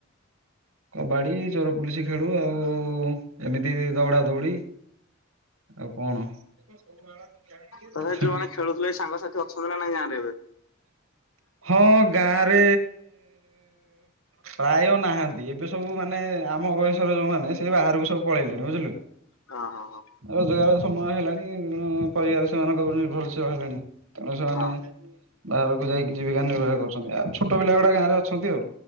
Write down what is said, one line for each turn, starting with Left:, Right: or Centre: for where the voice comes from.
Right: କବାଡି ଚୋର ପୁଲିସ ଖେଳୁ ଆଉ ଏମିତି ଦଉଡା ଦୌଡି। ଆଉ କଣ <unintelligible>
Left: ତଥାପି ଯୋଉମାନେ
Right: ହିଁ
Left: ଖେଳୁଥିଲେ ସାଙ୍ଗସାଥି ଅଛନ୍ତି ନାଇଁ ଗାଁରେ ଏବେ
Right: ହଁ ଗାଁରେ ପ୍ରାୟ ନାହାନ୍ତି ଏବେ ସବୁ ମାନେ ଆମ ବୟ ଯୋଉ ମାନେ ସେ ବାହାରକୁ ସବୁ ପଳେଇଲେଣି ବୁଝିଲୁ
Left: ହଁ ହଁ ହଁ।
Right: ରୋଜଗାର ସମୟ ହେଲାଣି ପରିବାର ସେମାନଙ୍କ ଉପରେ ନିର୍ଭରଶୀଳ ହେଲେଣି ତେଣୁ ସେମାନେ
Left: ହଁ
Right: ବାହାରକୁ ଯାଇକି ଜୀବିକା ନିର୍ବାହ କରୁଛନ୍ତି ଆଉ ଛୋଟ ପିଲା ଗୁଡା ଗାଁରେ ଅଛନ୍ତି ଆଉ